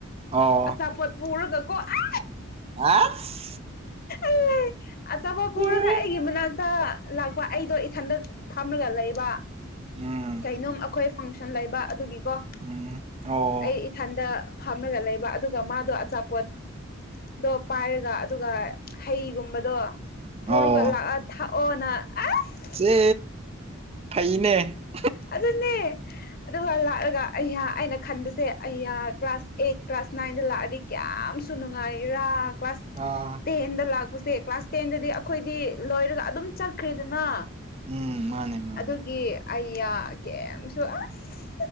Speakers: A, on the right (about 30°); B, on the left (about 45°).
A: ꯑꯣ
B: ꯑꯆꯥꯄꯣꯠ ꯄꯨꯔꯒ ꯀꯣ ꯑꯥ
A: ꯍꯥ <unintelligible>
B: ꯑꯦ ꯑꯆꯥꯄꯣ ꯄꯨꯔꯒ
A: ꯂꯣꯏꯔꯦ
B: ꯑꯩꯒꯤ ꯃꯅꯥꯛꯇ ꯂꯥꯛꯄ ꯑꯩꯗꯣ ꯏꯊꯟꯗ ꯐꯝꯃꯒ ꯂꯩꯕ
A: ꯎꯝ
B: ꯀꯩꯅꯣꯝ ꯑꯈꯣꯏ ꯐꯪꯁꯟ ꯂꯩꯕ ꯑꯗꯨꯒꯤꯀꯣ
A: ꯎꯝ ꯑꯣ
B: ꯑꯩ ꯏꯊꯟꯗ ꯐꯝꯂꯒ ꯂꯩꯕ ꯑꯗꯨꯒ ꯃꯥꯗꯣ ꯑꯆꯥꯄꯣꯠꯗꯣ ꯄꯥꯏꯔꯒ ꯑꯗꯨꯒ ꯍꯩꯒꯨꯝꯕꯗꯣ ꯄꯨꯔꯒ
A: ꯑꯣ
B: ꯂꯥꯛꯑ ꯊꯥꯛꯑꯣꯅ ꯑꯁ
A: ꯆꯦ ꯐꯩꯅꯦ
B: ꯑꯗꯨꯅꯦ ꯑꯗꯨꯒ ꯂꯥꯛꯑꯒ ꯑꯩ ꯑꯩꯅ ꯈꯟꯕꯁꯦ ꯑꯩ ꯀ꯭ꯂꯥꯁ ꯑꯩꯠ ꯀ꯭ꯂꯥꯁ ꯅꯥꯏꯟꯗ ꯂꯥꯛꯑꯗꯤ ꯌꯥꯝꯁꯨ ꯅꯨꯡꯉꯥꯏꯔꯥ ꯀ꯭ꯂꯥꯁ
A: ꯑ <unintelligible>
B: ꯇꯦꯟꯗ ꯂꯥꯛꯄꯁꯦ ꯀ꯭ꯂꯥꯁ ꯇꯦꯟꯗꯗꯤ ꯑꯩꯈꯣꯏꯗꯤ ꯂꯣꯏꯔꯒ ꯑꯗꯨꯝ ꯆꯠꯈ꯭ꯔꯦꯗꯅ
A: ꯎꯝ ꯃꯥꯅꯦ ꯃꯥꯅꯦ
B: ꯑꯗꯨꯒꯤ ꯑꯩꯌꯥ ꯀꯦꯝꯁꯨ ꯑꯁ